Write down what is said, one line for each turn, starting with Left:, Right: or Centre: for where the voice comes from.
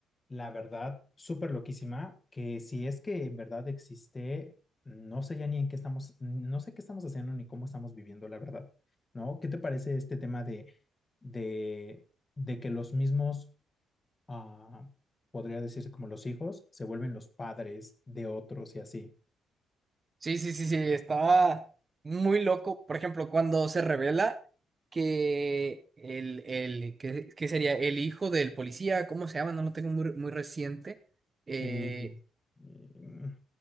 Left: la verdad, súper loquísima, que si es que en verdad existe, no sé ya ni en qué estamos, no sé qué estamos haciendo ni cómo estamos viviendo, la verdad, ¿no? ¿Qué te parece este tema de, de, de que los mismos ah, podría decirse como los hijos, se vuelven los padres de otros y así.
Right: Sí, sí, sí, sí, estaba muy loco. Por ejemplo, cuando se revela que el, el que, que sería el hijo del policía, ¿cómo se llama? No lo tengo muy, muy reciente. Eh,
Left: Eh, em,